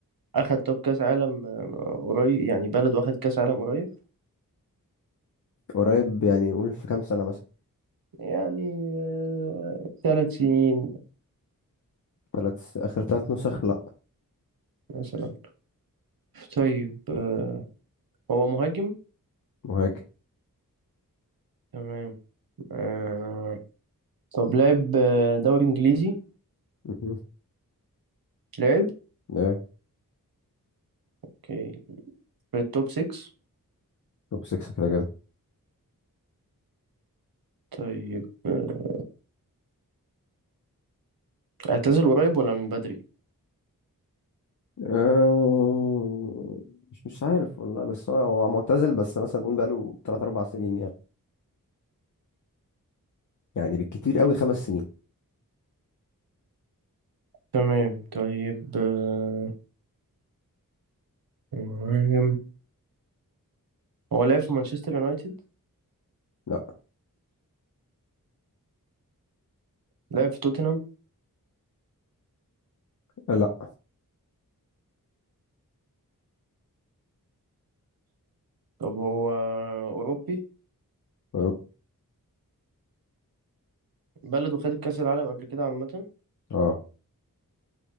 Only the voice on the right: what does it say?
أخد طب كأس عالم آه، قريب يعني بلده أخد كأس عالم قريب
يعني آه، ثلاث سنين
مثلا طيب آه، هو مهاجم
تمام آه، طب لعب آه، دوري إنجليزي
لعب
اوكي في التوب 6
طيب آه، اعتزل قريب ولا من بدري
تمام طيب آه، مهاجم هو لعب في مانشستر يونايتد
لعب في توتنهام
طب هو أوروبي
بلده خد كأس العالم قبل كده عامة